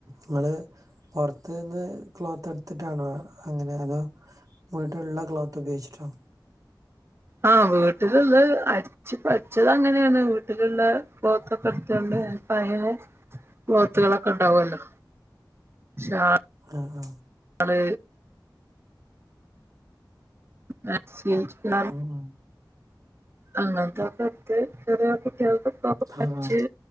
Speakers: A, on the right; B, on the right.
A: ങ്ങള് പൊറത്ത് നിന്ന് ക്ലോത്ത് എടുത്തിട്ടാണ് അങ്ങനെ അതോ? വീട്ടിലുള്ള ക്ലോത്ത് ഉപയോഗിച്ചിട്ടോ?
B: ആ വീട്ടില്ള്ള് അട് ച്ച് പഠിച്ചേങ്ങനെയാണ് വീട്ടിലുള്ള ക്ലോതൊക്കെ എടുത്തൊണ്ട് പയ ക്ലോത്തുകളൊക്കെ ഉണ്ടാവല്ലോ ശാ
A: ആഹ്‌.
B: അത് മാക്സിയും ചുരിദാറും
A: ഉം.
B: അങ്ങനക്കേത്ത് ചെറിയ കുട്ടിയൊക്ക് ടോപ്
A: ആ
B: അടിച്
A: ആ